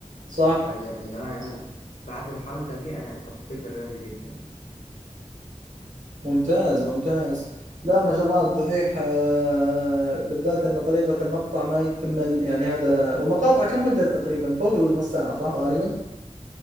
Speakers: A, on the right (about 80°); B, on the left (about 70°).
A: صح
B: فاللي هو أنا بعد الحلقة دي أنا حبيت الرياضة جدا
A: ممتاز ممتاز لا ما شاء الله الدحيح آه، بالذات ان طريقة المقطع ما يتم يعني هذا ومقاطع كم مدة تقريبا فوق النص ساعة صح غالبا